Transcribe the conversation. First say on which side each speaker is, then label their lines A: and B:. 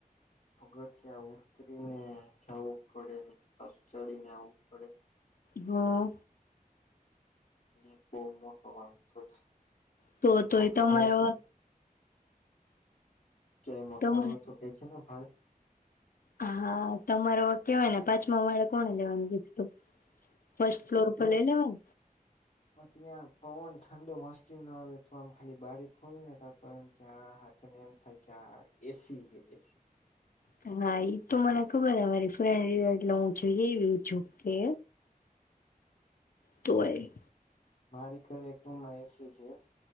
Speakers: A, on the left (about 50°); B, on the left (about 70°).
A: પગથિયા ઉતરીને. જાવું પડે નઈ. પાસુ ચડીને આવવું પડે.
B: હા.
A: એ બઉ મોકો વાંધો છે.
B: તો તો
A: મકાન
B: એ તમારો.
A: હોય તો ક્યાય મકાન
B: તમા
A: હોય તો કે જે ને ભાડે?
B: હા તમાર વ ક્યાયને પાચ તમારે કોને લેવાનું <unintelligible> ફર્સ્ટ
A: તો
B: ફ્લોર
A: ત્યાં
B: પર લઇ લેવાન
A: પણ ત્યાં પવન ઠંડો મસ્તી નો આવે તો આમ ખાલી બારી ખોલ ને તા તો આમ ક્યાં હાથને એમ થાય કે આ એસી એસી
B: તો હા ઈ તો મને ખબર હે મારી ફ્રેન્ડ એટલે હું જોઈ રહી છું કે તોય
A: મારી ઘરે એક રૂમમાં એ સી છે.